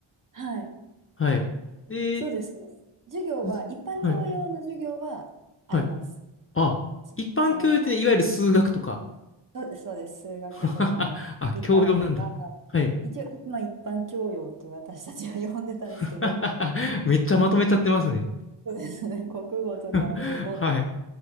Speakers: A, on the right; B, on the left.
A: はい。
B: はい。で、
A: そうです。そうです。授業は、
B: ずはい、
A: 一般教養の授業はあります。
B: はい。あ、
A: その、
B: 一般教養ってね、いわゆる数学とか。
A: そうです、そうです。数学とか、
B: <laughs> あ、
A: 理科とか、
B: 教養なんだ。はい。
A: 一応、まあ、一般教養って私たちは呼んでたんですけど、
B: <laughs> めっちゃまとめちゃってますね。
A: 国、そうですね。国語とか英語とか、
B: <laughs> はい。